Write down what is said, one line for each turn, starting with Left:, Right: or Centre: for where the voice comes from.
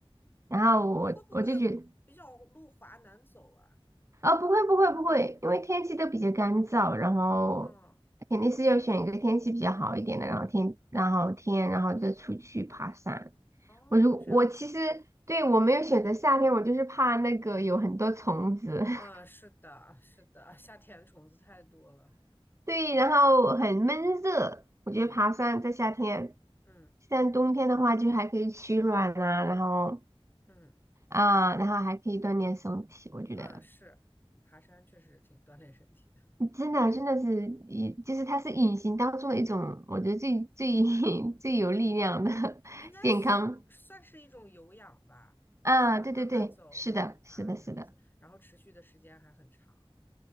Right: 然后我我就觉得，
Left: 嗯，会不会比较路滑难走啊？
Right: 哦，不会不会不会，因为天气都比较干燥，然后
Left: 嗯。
Right: 肯定是要选一个天气比较好一点的，然后天然后天然后再出去爬山。
Left: 哦，
Right: 我如我其实对我没有选择夏天，
Left: 这样子，
Right: 我就是怕那个有很多虫子。<laughs>
Left: 嗯，是的，是的，夏天虫子太多了，
Right: 对，然后很闷热，我觉得爬山在夏天，
Left: 嗯嗯
Right: 像冬天的话就还可以取暖啊，然后
Left: 嗯
Right: 啊，然后还可以锻炼身体，我觉得
Left: 嗯，是，爬山确实挺锻炼身体的，
Right: 真的真的是隐，就是它是隐形当中的一种，我觉得最最 <laughs> 最有力量的 <laughs>
Left: 应该是算是一种有氧吧，
Right: 健康啊，
Left: 就是慢慢走，
Right: 对对对，是的，
Left: 慢慢爬那样子，
Right: 是的，是的，
Left: 然后持续的时间还很长。